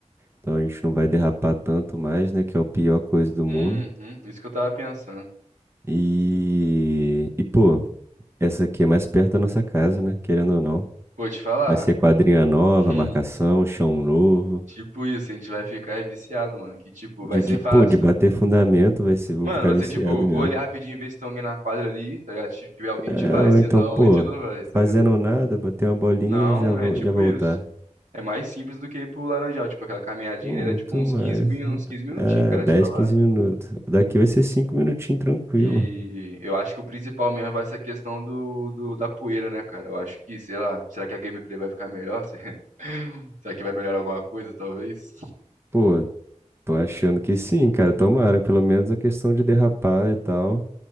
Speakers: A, on the right; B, on the right.
A: Então a gente não vai derrapar tanto mais, né? Que é a pior coisa do mundo.
B: Uhum, isso que eu tava pensando.
A: E, e pô, essa aqui é mais perto da nossa casa, né? Querendo ou não.
B: Pô, te falar.
A: Vai ser quadrinha nova,
B: <laughs>
A: marcação, chão novo.
B: Tipo isso, a gente vai ficar viciado, mano. Que tipo,
A: De,
B: vai ser
A: de,
B: fácil.
A: pô, de bater fundamento, vai ser, vou
B: Mano,
A: ficar
B: vai
A: viciado
B: ser tipo, vou
A: mesmo.
B: ali rapidinho ver se tem alguém na quadra ali, tá ligado? Se tiver alguém,
A: É,
B: a gente vai,
A: ou
B: Se
A: então,
B: não
A: pô,
B: a gente não vai, tá
A: fazendo
B: ligado?
A: nada, bater uma bolinha,
B: Não,
A: já vou,
B: é tipo
A: já voltar.
B: isso. É mais simples do que ir pro Laranjal, tipo, aquela caminhadinha
A: Pô,
B: né, era
A: muito
B: tipo uns
A: mais.
B: quinze min- uns 15 minutinhos,
A: É,
B: cara,
A: 10,
B: te falar.
A: 15 minutos. Daqui vai ser 5 minutinhos tranquilo.
B: E eu acho que o principal mesmo vai ser a questão do, do- da poeira, né, cara? Eu acho que, sei lá, será que a gameplay vai ficar melhor? <laughs> Será que vai melhorar alguma coisa, talvez?
A: Pô, tô achando que sim, cara. Tomara, pelo menos a questão de derrapar e tal.